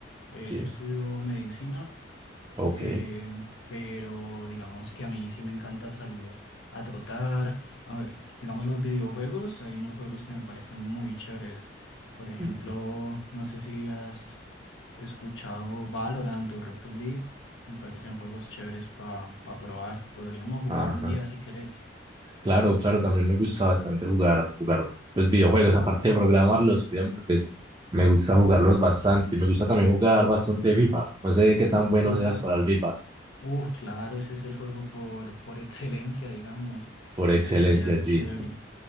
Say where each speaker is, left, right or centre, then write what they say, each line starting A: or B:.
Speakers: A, on the left; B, on the right.
A: Eh,
B: Sí,
A: yo estudio medicina,
B: ok.
A: eh, pero digamos que a mí sí me encanta salir a trotar. A ver, digamos los videojuegos, hay unos juegos que me parecen muy chéveres. Por ejemplo,
B: Mm,
A: no sé si has escuchado Valorant o Rocket League. Me parecen juegos chéveres para probar. Podríamos jugar
B: Ajá.
A: un día si querés.
B: Claro, claro, también me gusta bastante jugar, jugar pues videojuegos, aparte de programarlos, obviamente pues me gusta jugarlos bastante. Y Me gusta también jugar bastante FIFA. No sé qué tan bueno
A: FIFA.
B: seas para el FIFA.
A: Uf, claro, ese es el juego por, por excelencia, digamos. Estaría,
B: Por excelencia,
A: estaría
B: sí.
A: chévere.